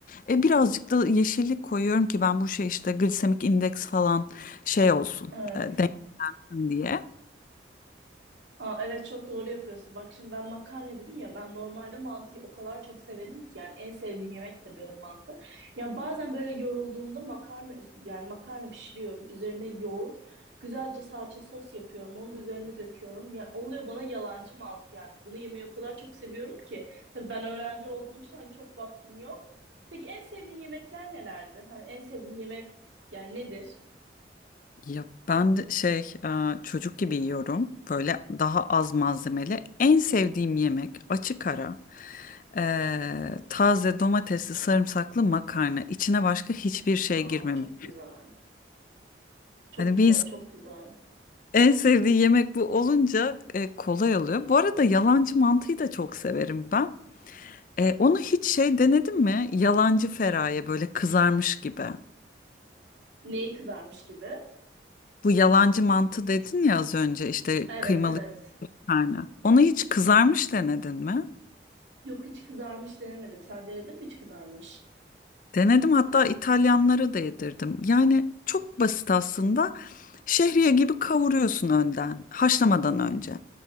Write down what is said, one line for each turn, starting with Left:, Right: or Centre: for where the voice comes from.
Left: E, birazcık da yeşillik koyuyorum ki ben bu şey işte glisemik indeks falan şey olsun
Right: Evet.
Left: e, dengesin diye.
Right: Aa, evet çok doğru yapıyorsun. Bak şimdi ben makarna dedim ya ben normalde mantıyı o kadar çok severim ki yani en sevdiğim yemektir benim mantı. Yani bazen böyle yorulduğumda makarna yani makarna pişiriyorum. Üzerine yoğurt, güzelce salça sos yapıyorum. Onu da üzerine döküyorum. Yani oluyor bana yalancı mantı yani. Bunu yemeyi o kadar çok seviyorum ki. Tabii ben öğrenci olduğum için hani çok vaktim yok. Peki en sevdiğin yemekler nelerdir? Hani en sevdiğin yemek yani nedir?
Left: Ya ben de şey e, çocuk gibi yiyorum böyle daha az malzemeli. En sevdiğim yemek açık ara e, taze domatesli sarımsaklı makarna içine başka hiçbir şey
Right: Aa
Left: girmemiş.
Right: çok güzel. Çok
Left: Hani
Right: güzel,
Left: bir insan
Right: çok güzel.
Left: en sevdiği yemek bu olunca e, kolay oluyor. Bu arada yalancı mantıyı da çok severim ben. E, onu hiç şey denedin mi? Yalancı feraye böyle kızarmış gibi.
Right: Neyi kızarmış gibi?
Left: Bu yalancı mantı dedin ya az önce işte
Right: Evet
Left: kıymalı
Right: evet.
Left: karnı. Onu hiç kızarmış denedin mi?
Right: Yok hiç kızarmış denemedim. Sen denedin mi hiç kızarmış?
Left: Denedim hatta İtalyanlara da yedirdim. Yani çok basit aslında. Şehriye gibi kavuruyorsun önden, haşlamadan önce.